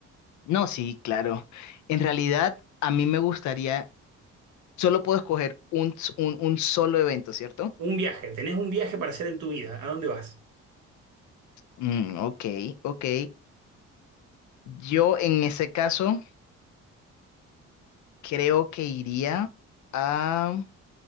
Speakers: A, on the left; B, on the right.
A: no, sí, claro. En realidad, a mí me gustaría, solo puedo escoger un, s- un, un solo evento, ¿cierto?
B: Un viaje, tenés un viaje para hacer en tu vida. ¿A dónde vas?
A: Mm, ok, ok. Yo en ese caso creo que iría a,